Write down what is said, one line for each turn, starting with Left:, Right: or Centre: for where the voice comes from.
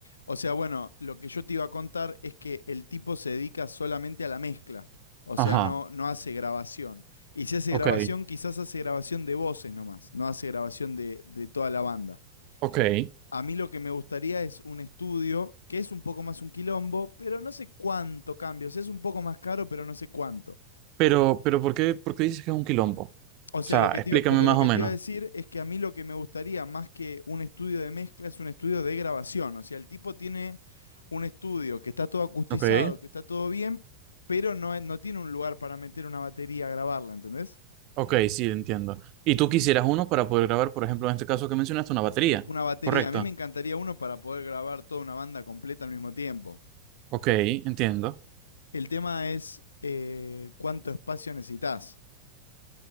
Left: O sea, bueno, lo que yo te iba a contar es que el tipo se dedica solamente a la mezcla. O
Right: Ajá,
Left: sea, no, no hace grabación. Y si hace
Right: ok,
Left: grabación, quizás hace grabación de voces nomás, no hace grabación de, de toda la banda.
Right: ok.
Left: A mí lo que me gustaría es un estudio que es un poco más un quilombo, pero no sé cuánto cambio. O sea, es un poco más caro, pero no sé cuánto.
Right: Pero, pero ¿por qué, por qué dices que es un quilombo? O
Left: O sea,
Right: sea,
Left: lo que
Right: explícame
Left: te iba- porque
Right: más
Left: lo que
Right: o menos.
Left: te iba a decir es que a mí lo que me gustaría más que un estudio de mezcla es un estudio de grabación. O sea, el tipo tiene un estudio que está todo acustizado,
Right: Ok,
Left: que está todo bien, pero no, es- no tiene un lugar para meter una batería a grabarla, ¿entendés?
Right: ok, sí, entiendo. Y tú quisieras uno para poder grabar, por ejemplo, en este caso que mencionaste, una batería,
Left: Una batería.
Right: ¿correcto?
Left: A mí me encantaría uno para poder grabar toda una banda completa al mismo tiempo.
Right: Ok, entiendo.
Left: El tema es eh, cuánto espacio necesitas.